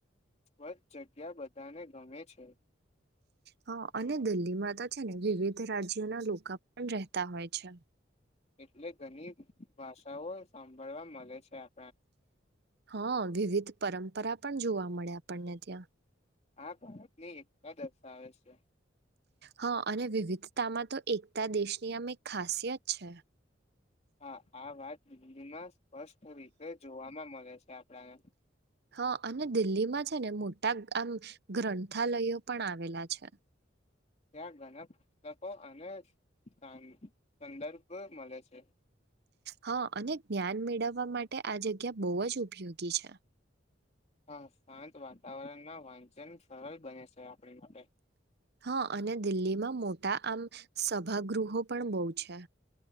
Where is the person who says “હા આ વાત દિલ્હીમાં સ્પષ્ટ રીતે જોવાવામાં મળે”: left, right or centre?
Left